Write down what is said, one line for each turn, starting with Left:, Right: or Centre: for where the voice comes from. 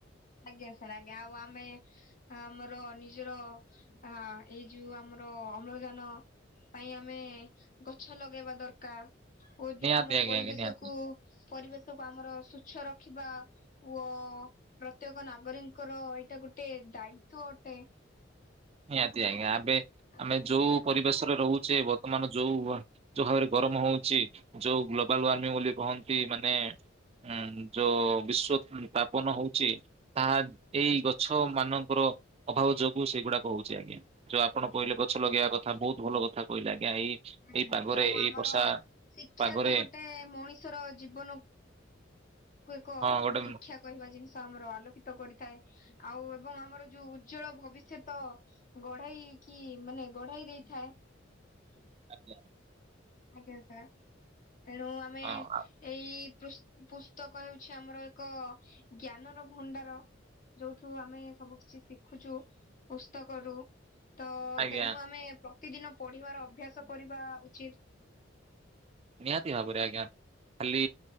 Left: ଆଜ୍ଞା ସାର୍ ଆଜ୍ଞା ଆଉ ଆମେ ଆମର ନିଜର ଆ ଏଇ ଯୋଉ ଆମର ଅମ୍ଳଜାନ ପାଇଁ ଆମେ ଗଛ ଲଗେଇବା ଦରକାର। ଓ ଯୋ
Right: ନିହାତି
Left: ଆମର
Right: ଆଜ୍ଞା
Left: ପରିବେଶକୁ
Right: ଆଜ୍ଞା ନିହାତି।
Left: ପରିବେଶ ଆମର ଶୁଚ୍ଛ ରଖିବା ଓ ପ୍ରତ୍ୟେକ ନାଗରିଙ୍କର ଏଇଟା ଗୋଟେ ଦାୟିତ୍ଵ ଅଟେ।
Right: ନିହାତି ଆଜ୍ଞା ଆବେ
Left: ଆଜ୍ଞା
Right: ଆମେ ଯୋଉ
Left: ଆଜ୍ଞା
Right: ପରିବେଶରେ ରହୁଛେ ବର୍ତ୍ତମାନ ଯୋଉ ଯୋଉ ଭାବରେ ଗରମ ହଉଛି ଯୋଉ ଗ୍ଲୋବାଲ ୱାର୍ମିଂ ବୋଲି କହନ୍ତି ମାନେ ଉଁ ଯୋ ବିଶ୍ଵ ସ୍ଥାପନ ହଉଛି ତାହା ଏଇ ଗଛ ମାନଙ୍କର ଅଭାବ ଯୋଗୁ ସେଗୁଡାକ ହଉଛି ଆଜ୍ଞା। ଯୋଉ ଆପଣ କହିଲେ ଗଛ ଲଗେଇବା କଥା ବହୁତ ଭଲ କଥା କହିଲେ ଆଜ୍ଞା ଏଇ
Left: ଆଜ୍ଞା
Right: ଏଇ ପାଗରେ
Left: ସାର୍ ଆଉ ଆମର
Right: ଏଇ ବର୍ଷା
Left: ଶିକ୍ଷା
Right: ପାଗରେ
Left: ତ ଗୋଟେ ମଣିଷର ଜୀବନକୁ ଏକ
Right: ହଁ ଗୋଟେ
Left: ଶିକ୍ଷା କହିବା ଜିନିଷ ଆମର ଆଲୋକିତ କରିଥାଏ। ଆଉ ଏବଂ ଆମର ଯୋଉ ଉଜ୍ଜଳ ଭବିଷ୍ୟତ ଗଢାଇ କି ମାନେ ଗଢେଇ ଦେଇଥାଏ।
Right: ଆଜ୍ଞା।
Left: ଆଜ୍ଞା ସାର୍ ତେଣୁ ଆମେ
Right: ହଁ
Left: ଏଇ ପୁସ-ପୁସ୍ତକ ହେଉଛି ଆମର ଏକ ଜ୍ଞାନର ଭଣ୍ଡାର। ଯୋଉଠୁ ଆମେ ସବୁ କିଛି ଶିଖୁଛୁ ପୁସ୍ତକରୁ। ତ
Right: ଆଜ୍ଞା
Left: ତେଣୁ ଆମେ ପ୍ରତିଦିନ ପଢ଼ିବାର ଅଭ୍ୟାସ କରିବା ଉଚିତ୍।
Right: ନିହାତି ଭାବରେ ଆଜ୍ଞା। ଖାଲି